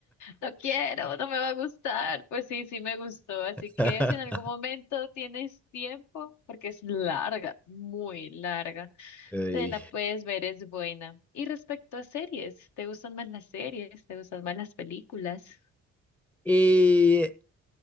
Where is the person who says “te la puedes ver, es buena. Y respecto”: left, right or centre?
Left